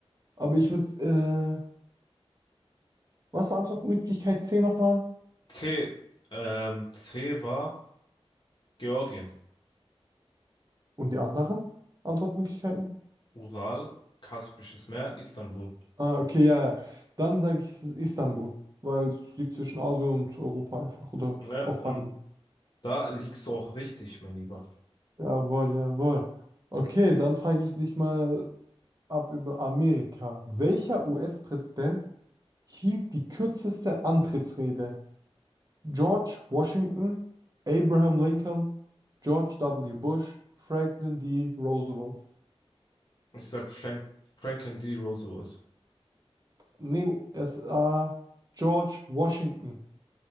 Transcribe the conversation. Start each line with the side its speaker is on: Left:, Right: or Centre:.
Right: Aber ich würde, äh, was war Antwortmöglichkeit C nochmal?
Left: C. Ähm, C war Georgien.
Right: Und die anderen Antwortmöglichkeiten?
Left: Ural, Kaspisches Meer, Istanbul.
Right: Ah, okay, ja, ja. Dann sage ich, es ist Istanbul, weil es liegt zwischen Asien und Europa einfach oder
Left: ne
Right: auf
Left: und
Right: beiden.
Left: da liegst du auch richtig, mein Lieber.
Right: Jawohl, jawohl. Okay, dann frage ich dich mal ab über Amerika. Welcher US-Präsident hielt die kürzeste Antrittsrede? George Washington, Abraham Lincoln, George W. Bush, Franklin D. Roosevelt.
Left: Ich sag Frank Franklin D. Roosevelt.
Right: Nee, es äh, George Washington.